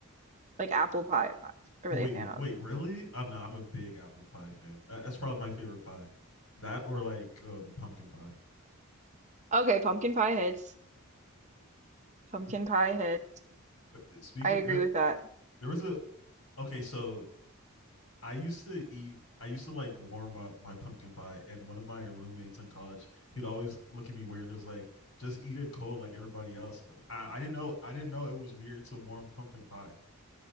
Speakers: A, on the right; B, on the left.
A: like apple pie. I'm not really
B: Oh wait,
A: a fan of.
B: wait, really? Oh, no, I'm a big apple pie fan. That- That's probably my favorite pie. That or like um, pumpkin pie.
A: Okay, pumpkin pie hits. Pumpkin
B: It's-
A: pie hits.
B: <laughs> Speaking
A: I agree
B: there,
A: with that.
B: there was a okay. So I used to eat. I used to like warm up my pumpkin pie, and one of my roommates in college, he'd always look at me weird. and was like, just eat it cold like everybody else. I, I didn't know. I didn't know it was weird to warm pumpkin pie.